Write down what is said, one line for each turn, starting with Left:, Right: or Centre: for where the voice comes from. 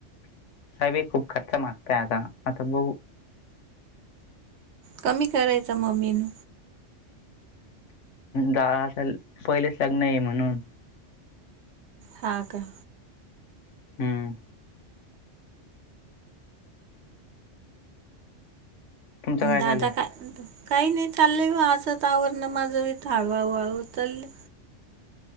Left: काबी खूप खर्च मागतय आता आता बघु
Right: कमी करायचा मम्मीन
Left: जा असेल पहिलेच लग्न नाही म्हणून
Right: हा का?
Left: हम्म्म तुमचं काय
Right: दादा
Left: चालू आहे?
Right: का काही नाही चाललेय गं असच आवरण माझं हळूहळू हळू चालेय.